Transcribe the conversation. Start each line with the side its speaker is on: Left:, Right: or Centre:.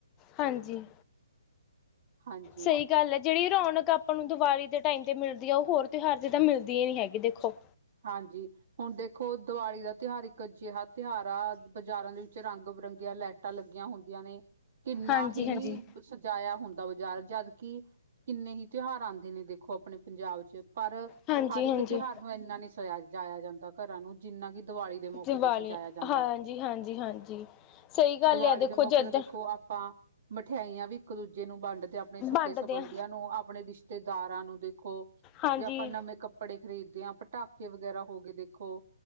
Left: ਹਾਂਜੀ‌।
Right: ਹਾਂਜੀ।
Left: ਸਹੀ। ਗੱਲ ਹੈ ਜਿਹੜੀ ਰੌਣਕ ਆਪਾਂ ਨੂੰ ਦੀਵਾਲੀ ਦੇ ਟਾਈਮ ਤੇ ਮਿਲਦੀ ਐ ਉਹ ਹੋਰ ਤਿਉਹਾਰ ਦੀ ਤਾਂ ਮਿਲਦੀ ਹੀ ਨੀ ਹੈਗੀ ਦੇਖੋ।
Right: ਹਾਂਜੀ ਹੁਣ ਦੇਖੋ ਦੀਵਾਲੀ ਦਾ ਤਿਉਹਾਰ ਇੱਕ ਇਹੋ ਜਿਹਾ ਤਿਉਹਾਰ ਆ ਬਾਜ਼ਾਰਾਂ ਦੇ ਵਿੱਚ ਰੰਗ ਬਿਰੰਗੀਆਂ ਲਾਈਟ ਲਾਈਟਾਂ ਲੱਗੀਆਂ ਹੁੰਦੀਆਂ ਨੇ, ਕਿੰਨਾ
Left: ਹਾਂਜੀ
Right: ਹੀ
Left: ਹਾਂਜੀ।
Right: ਸਜਾਇਆ ਹੁੰਦਾ ਬਾਜ਼ਾਰ ਜਦਕੀ ਕਿੰਨੇ ਹੀ ਤਿਉਹਾਰ ਆਉਂਦੇ ਨੇ ਦੇਖੋ ਆਪਣੇ ਪੰਜਾਬ ਚ ਪਰ
Left: ਹਾਂਜੀ
Right: ਹਰ ਇੱਕ
Left: ਹਾਂਜੀ
Right: ਤਿਉਹਾਰ ਨੂੰ ਇੰਨਾ ਨੀ ਸਜਾ -ਸਜਾਇਆ ਜਾਂਦਾ। ਘਰਾਂ ਨੂੰ ਜਿੰਨਾ ਕਿ ਦੀਵਾਲੀ ਦੇ ਮੌਕੇ
Left: ਦੀਵਾਲੀ
Right: ਤੇ ਸਜਾਇਆ ਜਾਂਦਾ।
Left: ਹਾਂਜੀ ਹਾਂਜੀ ਹਾਂਜੀ। ਸਹੀ ਗੱਲ
Right: ਦੀਵਾਲੀ
Left: ਆ ਦੇਖੋ
Right: ਦੇ ਮੌਕੇ
Left: ਜਦ
Right: ਤੇ ਦੇਖੋ ਆਪਾਂ ਮਠਿਆਈਆਂ ਵੀ ਇੱਕ ਦੂਜੇ ਨੂੰ ਵੰਡ ਦੇ ਆ ਆਪਣੇ ਸਕੇ
Left: ਵੰਡਦੇ
Right: ਸੰਬੰਧੀਆਂ
Left: ਆ
Right: ਨੂੰ ਆਪਣੇ ਰਿਸ਼ਤੇਦਾਰਾਂ ਨੂੰ ਦੇਖੋ।
Left: ਹਾਂਜੀ।
Right: ਜੇ ਆਪਾਂ ਨਵੇਂ ਕੱਪੜੇ ਖਰੀਦ ਦੇ ਆ, ਪਟਾਕੇ ਵਗੈਰਾ ਹੋ ਗਏ ਦੇਖੋ।